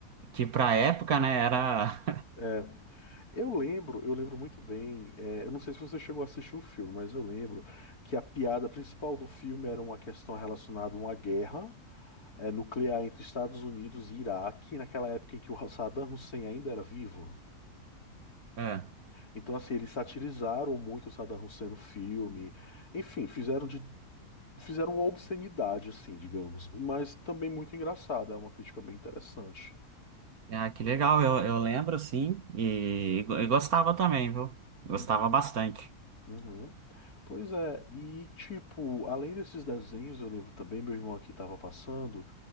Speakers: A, on the right; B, on the left.
A: que pra época, né, era
B: É, eu lembro, eu lembro muito bem. é, eu não sei se você chegou a assistir o filme, mas eu lembro que a piada principal do filme era uma questão relacionada a uma guerra, é, nuclear entre Estados Unidos e Iraque, naquela época em que o Saddam Hussein ainda era vivo.
A: <laughs>
B: Então, assim, eles satirizaram muito o Saddam Hussein no filme. Enfim, fizeram de. Fizeram uma obscenidade, assim, digamos. Mas também muito engraçada. É uma crítica bem interessante.
A: É. Ah, que legal, eu, eu lembro sim, e, e gostava também, viu? Gostava
B: Uhum,
A: bastante.
B: uhum. Pois é, e tipo, além desses desenhos, eu lembro também, meu irmão aqui estava passando,